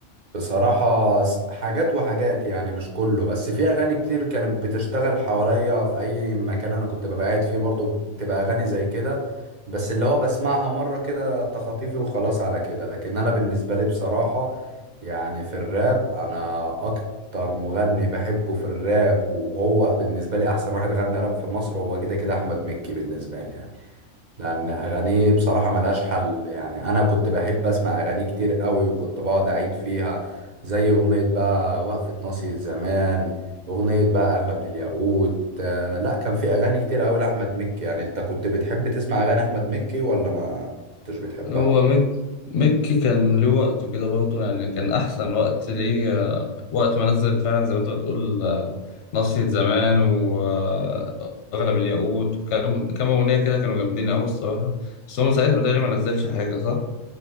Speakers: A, on the right (about 40°); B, on the left (about 65°).
A: بصراحة س- حاجات وحاجات يعني مش كله بس في أغاني كتير كانت بتشتغل حواليا في أي مكان أنا كنت ببقى قاعد فيه برضو بتبقى أغاني زي كده بس اللي هو بسمعها مرة كده تخاطيفي وخلاص على كده لكن أنا بالنسبة لي بصراحة يعني في الراب أنا أكتر مغني بحبه في الراب وهو بالنسبة لي أحسن واحد غنى راب في مصر هو كده كده أحمد مكي بالنسبة لي يعني. لان اغانيه بصراحه ملهاش حل يعني انا كنت بحب اسمع اغانيه كتير قوي وكنت بقعد اعيد فيها زي اغنيه بقى وقفه ناصية زمان اغنيه بقى اغلى من الياقوت آه لا كان في اغاني كتير قوي لاحمد مكي يعني انت كنت بتحب تسمع اغاني احمد مكي ولا ما كنتش بتحبها
B: هو ميك ميكي كان له وقته كده برضه يعني كان أحسن وقت ليه آه، وقت ما نزل فعلا زي ما أنت بتقول آه، نصية زمان وأغلى من الياقوت وكم كم أغنية كده كانوا جامدين أوي الصراحة بس هو من ساعتها بتهيألي ما نزلش حاجة صح؟